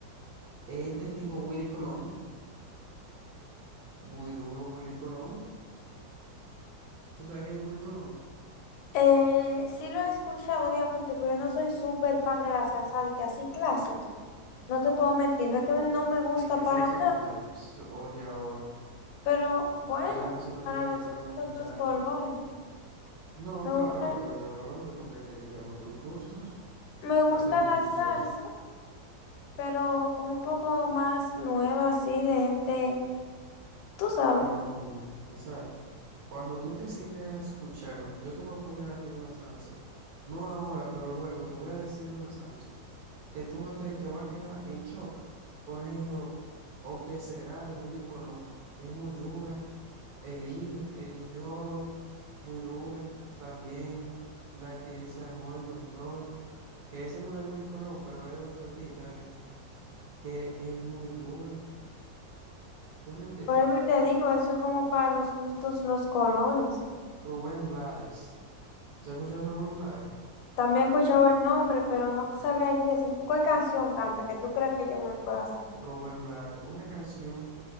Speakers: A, on the right; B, on the left.
A: este tipo Willy Colón, muy duro Willy Colón, ¿tú sabes quién es Willy Colón?
B: eh, sí lo he escuchado, obviamente, pero yo no soy súper fan de la salsa de que así clásica. No te puedo mentir, no es que no me gusta
A: Y que
B: para
A: salsa
B: nada,
A: nueva, Pss, oye ahora.
B: pero bueno,
A: ¿Verdad? A mí se me olvida
B: para los
A: que tú eres
B: gustos,
A: una muchacha.
B: los colores.
A: No,
B: Me
A: claro,
B: gusta
A: pero de lo color yo no estoy criticando tus gustos,
B: Me gusta
A: a tus
B: la
A: gustos.
B: salsa, pero como un poco más nueva, así, de gente, tú sabes.
A: No, no, no. O sea, cuando tú te sientes a escuchar, yo te voy a poner a ti una salsa. No ahora, pero luego te voy a decir una salsa que tú vas a te, te vas a quedar en shock. Por ejemplo, O que será de Willy Colón. Es muy dura. El, id el ídolo, muy dura. También la que dice amor y control. Que eso no es de Willy Colón, pero es de otro artista ahí, que es muy duro. ¿Tú me entiendes?
B: Por eso te digo, eso es como para los gustos, los colores.
A: Rubén Blades. ¿Se ha escucha Rubén Blades?
B: También he escuchado el nombre, pero no te sabría decirte si- qué canción canta, que tú creas que yo me pueda saber.
A: Rubén Blades. Una canción